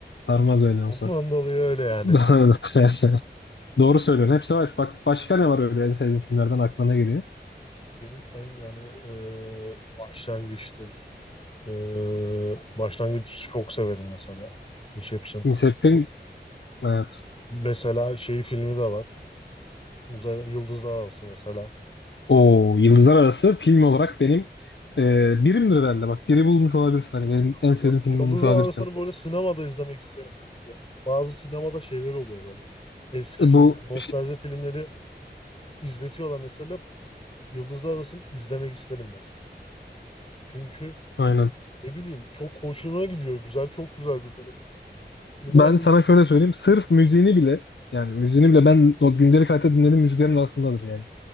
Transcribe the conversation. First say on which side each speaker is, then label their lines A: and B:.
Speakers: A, on the left (about 80°); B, on the left (about 30°).
A: Sarmaz öyle
B: Ondan
A: olsa.
B: dolayı öyle yani.
A: <laughs> Doğru söylüyorsun. Hepsi var. Bak başka ne var öyle en sevdiğin filmlerden aklına ne geliyor?
B: Benim en yani e, başlangıçtır. Ee, başlangıç çok severim mesela. Inception.
A: Inception.
B: Bu,
A: Evet.
B: mesela şey filmi de var. Uzay Yıldızlar Arası mesela.
A: O Yıldızlar Arası film olarak benim e, birimdir herhalde. Bak biri bulmuş olabilirsin. Hani benim
B: Yıldızlar,
A: en sevdiğim film
B: Yıldızlar
A: bulmuş olabilirsin.
B: Arası'nı böyle sinemada izlemek isterim yani. Böyle bazı sinemada şeyler oluyor böyle. Eski
A: E,
B: filmler,
A: bu
B: nostalji
A: şey-
B: filmleri izletiyorlar mesela. Yıldızlar Arası'nı izlemek isterim mesela. Çünkü
A: aynen.
B: ne bileyim çok hoşuma gidiyor. Güzel, çok güzel bir film. Bir
A: Ben
B: de ben ilk
A: sana şöyle söyleyeyim. Sırf müziğini bile yani müziğini bile ben o gündelik hayatta dinlediğim müziklerin arasındadır yani.